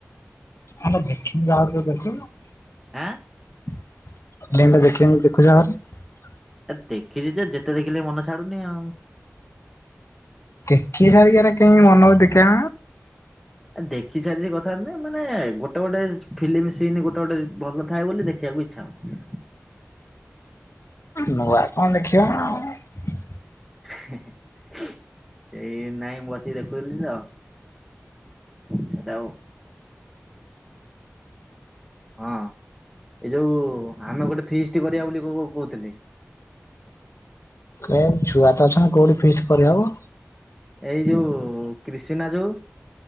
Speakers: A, on the left; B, in the centre.
A: ଆମେ ଦେଖିକି ବହାଘରିଚୁ ଦେଖିନୁ।
B: ଆଁ।
A: <inaudible>
B: ଏ ଦେଖିଛି ଯେ ଯେତେ ଦେଖିଲି ମନ ଛାଡୁନି ଆଉ।
A: ଦେଖି ସାରିକି ଏରା କେମିତି ମନ ହଉ ଦେଖା
B: ଆ ଦେଖି ସାରିଛି କଥା ନୁହେଁ ମାନେ ଗୋଟେ ଗୋଟେ ଫିଲ୍ମ ସିନ୍ ଗୋଟେ ଗୋଟେ ଭଲ ଥାଏ ବୋଲି ଦେଖେ। କୁ ଇଚଛା ହଉଛି।
A: ନୂଆ କଣ ଦେଖିବା ନା ଆଉ।
B: ହେଁ ହେଁ ସେଇ ନାଇଁ ମୁଁ ବସିକି ଦେଖୁଥିଲି ତ ସେଇଟା ଆଉ। ହଁ ଏ ଯୋଉ ଆମେ ଗୋଟେ ଫିଷ୍ଟି କରିବା ବୋଲି କହୁଥିଲି।
A: ଏ ଛୁଆ ତ ଅଛନ୍ତି କୋଉଠି ଫିକ୍ସ କରିହବ?
B: ଏଇ ଯୋଉ କ୍ରିସିନା ଯୋଉ